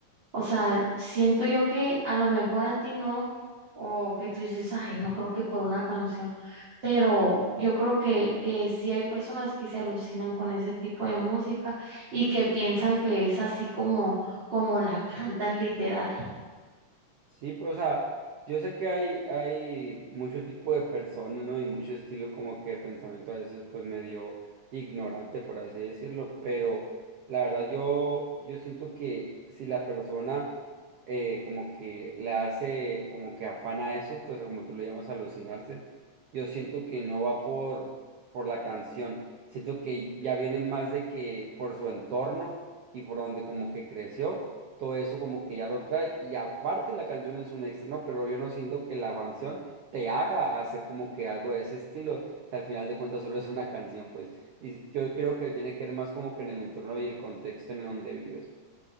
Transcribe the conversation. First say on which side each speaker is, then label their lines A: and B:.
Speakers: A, on the right (about 35°); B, on the right (about 65°).
A: O sea, siento yo que a lo mejor a ti no, o que tú dices, ay, no creo que por una canción, pero yo creo que, que sí hay personas que se alucinan con ese tipo de música y que piensan que es así como, como la cantan literal.
B: Sí, pues, o sea, yo sé que hay, hay mucho tipo de personas, ¿no? Y mucho estilo como que de pensamiento a veces pues medio ignorante, por así decirlo, pero la verdad yo, yo siento que si la persona eh, como que le hace como que afana eso, pues como tú le llamas alucinarse, yo siento que no va por, por la canción, siento que ya viene más de que por su entorno y por donde como que creció todo eso como que ya lo trae y aparte la canción es un extra, ¿no? Pero yo no siento que la canción te haga hacer como que algo de ese estilo, si al final de cuentas solo es una canción, pues, y yo creo que tiene que ver más como que en el entorno y el contexto en el donde vives.